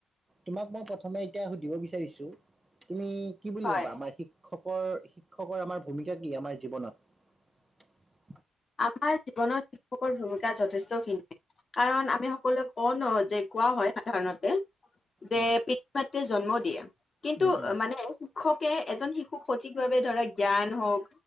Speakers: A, on the right; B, on the left.
A: তোমাক মই প্ৰথমে এতিয়া সুধিব বিচাৰিছো তুমি কি বুলি
B: হয়
A: ভাবা আমাৰ শিক্ষকৰ -শিক্ষকৰ আমাৰ ভূমিকা কি আমাৰ জীৱনত?
B: আমাৰ জীৱনত শিক্ষকৰ ভুমি কা যথেষ্ট খিনি কাৰণ আমি সকলোৱে কওঁ ন যে কোৱা হয় সাধাৰণতে। যে
A: উম
B: পিতৃ মাতৃয়ে জন্ম দিয়ে কিন্তু
A: উম উম
B: মানে শিক্ষকে এজন শিক খুব সঠিকভাৱে ধৰা জ্ঞান হওঁক